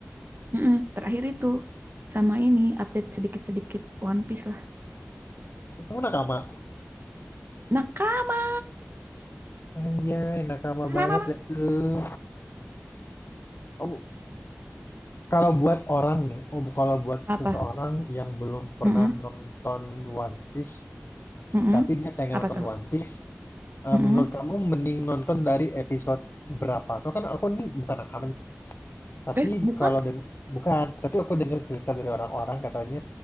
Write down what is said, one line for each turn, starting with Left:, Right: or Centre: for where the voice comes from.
Right: Mm-mm, terakhir itu sama ini update sedikit-sedikit One Piece lah.
Left: Kamu nakama?
Right: Nakama,
Left: Anjay, nakama
Right: Ananana.
Left: banget dah tuh. Oh, Kalau buat orang nih, oh kalau buat
Right: apa?
Left: seseorang yang belum pernah
Right: Mm-mm,
Left: nonton One Piece,
Right: mm-mm.
Left: tapi dia pengen
Right: Apa
Left: nonton
Right: tuh?
Left: One Piece, eh,
Right: Mm-mm.
Left: menurut kamu mending nonton dari episode berapa? Soalnya kan aku nih bukan rekaman, tapi
Right: Eh, bukan?
Left: kalau deng bukan, tapi aku dengar cerita dari orang-orang katanya